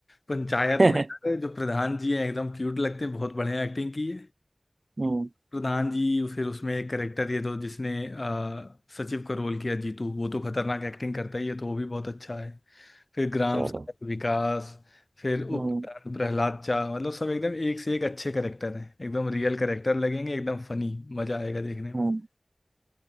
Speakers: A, on the left; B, on the right.
A: पंचायत में
B: <laughs>
A: है, जो प्रधान जी हैं एकदम क्यूट लगते हैं बहुत बढ़िया एक्टिंग की
B: हम्म
A: प्रधान जी फिर उसमें एक करेक्टर ये तो जिसने अ, सचिव का रोल किया जीतू वो तो खतरनाक एक्टिंग करता ही है तो वो भी बहुत अच्छा है फिर ग्राम
B: चलो
A: सड़क विकास फिर उप
B: हम्म
A: प्रधान प्रहलाद चा मतलब सब एकदम एक से एक अच्छे करेक्टर हैं एकदम रियल करेक्टर लगेंगे एकदम फनी मजा आएगा देखने में
B: हम्म